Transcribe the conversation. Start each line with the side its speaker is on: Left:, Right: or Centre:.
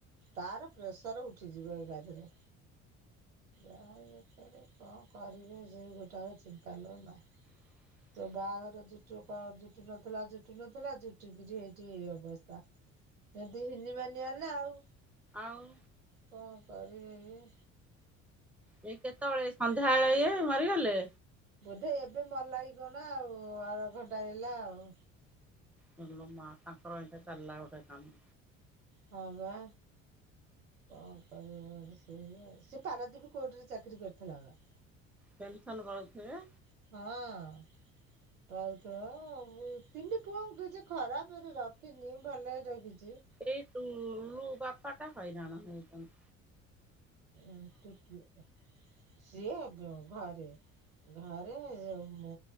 Right: ତାର ପ୍ରେସର ଉଠିଯିବ ଏକା ଥରେ। ଯାହା ଏଥର କଣ କରିବି ସେଇ ଗୋଟାକ ଚିନ୍ତା ଲୋ ମା।
Centre: ହ
Right: ସେ ବାହାଘର ଜୁଟୁ ଜୁଟୁ ନଥିଲା ଜୁଟୁ ନଥିଲା ଜୁଟିକିରି ଏଇଠି ଏଇ ଅବସ୍ଥା। ଯଦି ହିିନିମାନି ହେଲା ଆଉ।
Centre: ଏବଂଉ।
Right: କଣ କରିବି?
Centre: ଏଇ କେତେବେଳେ? ସନ୍ଧ୍ୟାବେଳେ ଇଏ ମରିଗଲେ।
Right: ବୋଧେ ଏବେ ମଲା କି କଣ ଆଉ ଅଧଘଣ୍ଟା ହେଇଗଲା ଆଉ।
Centre: ହେଲୋ ମା ତାଙ୍କର ଏଇଖା ଚାଲିଲା ଗୋଟେ କାମ୍।
Right: ହଁ ବା। କଁ କରିବ ଯେ ସେ ନିହଁ ସିଏ ପାରାଦୀପି କୋର୍ଟରେ ଚାକିରି କରିଥେଲା ବା।
Centre: ପେନସନ୍ ପାଉଥିବେ?
Right: ହଁ। ପାଉଥୁବ ସେଇ ତିନି ପୁଅଙ୍କୁ କିଛି ଖରାପେରେ ରଖିନି ଭଲେରେ ରଖିଚି।
Centre: ଏଇ ଟୁଲୁ ବାପା ଟା ହଇରାଣ ହେଉଛନ୍ତି।
Right: ଉଁ ତୁ ତୁ ଏଁହ୍ ସିଏ ବ ଘରେ। ଘରେ ମୁଁ